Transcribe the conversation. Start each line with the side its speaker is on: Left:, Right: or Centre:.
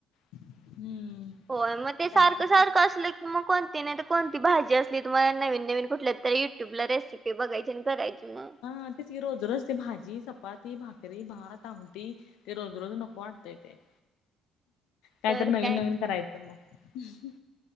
Left: हम्म
Right: होय मग ते सारखं
Left: चायनीज
Right: सारखं
Left: पण
Right: असलं मग कोणती नाही तर कोणती भाजी असली तुम्हाला नवीन नवीन कुठल्या तर युट्यूब ला रेसि िपे बघाय आणि करायची मग
Left: ह त रोज रज ते भाजी चपाती भाकरी भात आमटी ते रोज रोज नको वाटतंय ते
Right: <inaudible>
Left: काहीत
Right: तर
Left: नवीन
Right: काय
Left: नवीन करायचं मग